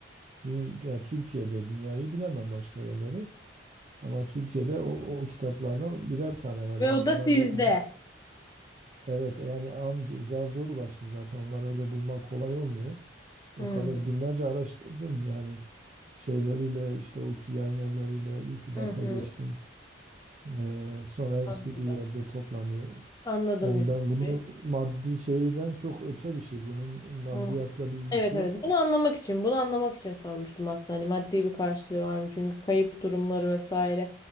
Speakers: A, on the right; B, on the left.
A: Dü- ya Türkiye'de dünyayı bilemem başka yerleri. Ama Türkiye'de o, o kitaplardan birer tane var.
B: ve
A: Yani
B: o
A: bunlar
B: da sizde.
A: zaten evet yani anca zar zor ulaştım zaten. Onları öyle bulmak kolay olmuyor. O
B: Hmm.
A: kadar günlerce araştırdım yani şeyleriyle işte o ki yayın evleriyle irtibata
B: Hı hı.
A: geçtim. Ee, sonra
B: Anladım.
A: hepsi bir yerde toplanıyor.
B: Anladım
A: Yani
B: Yusuf
A: ben bunu
B: Bey.
A: maddi şeyden çok öte bir şey. Bunun maddiyatla
B: Hı.
A: bir ilgisi
B: Evet evet.
A: yok.
B: Bunu anlamak için, bunu anlamak için sormuştum aslında. Hani maddi bir karşılığı var mı? Çünkü kayıp durumları vesaire.